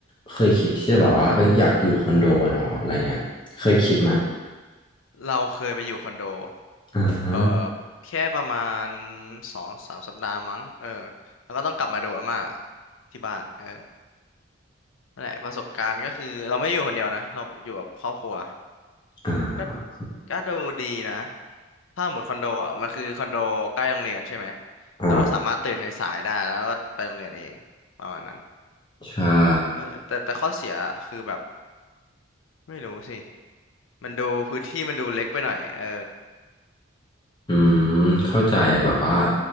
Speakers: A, on the left; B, on the left.
A: เคยคิดที่จะแบบว่าเอ้ยอยากอยู่คอนโดหรออะไรเงี้ยเคยคิดไหม
B: เราเคยไปอยู่คอนโด
A: อ่าฮะ
B: เอ่อแค่ประมาณสองสามสัปดาห์มั้งเออแล้วก็ต้องกลับมาดูอาม่าที่บ้านเออนั่นแหละประสบการณ์ก็คือเราไม่ได้อยู่คนเดียวนะเราอยู่กับครอบครัว
A: อ่า
B: ก็ก็ดูดีนะถ้าหมดคอนโดอ่ะมันคือคอนโดใกล้โรงเรียนใช่ไหม
A: อ่า
B: เราก็สามารถตื่นสายๆได้แล้วก็ไปโรงเรียนเองประมาณนั้น
A: ใช่
B: เออแต่แต่ข้อเสียคือแบบไม่รู้สิมันดูพื้นที่มันดูเล็กไปหน่อยเออ
A: อืมเข้าใจแบบว่า